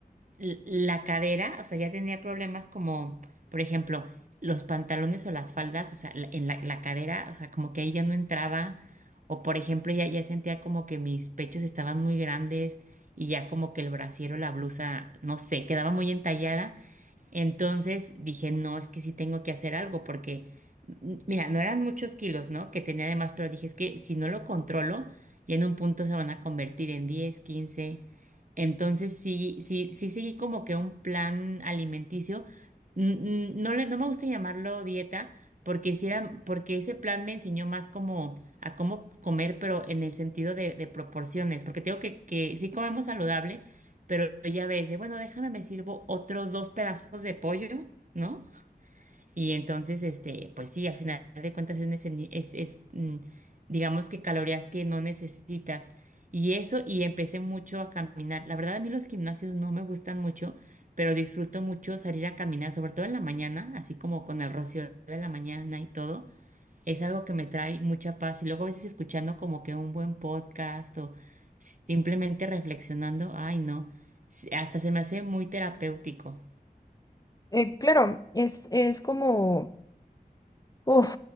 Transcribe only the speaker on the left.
Eh, claro, es, es como... Uf,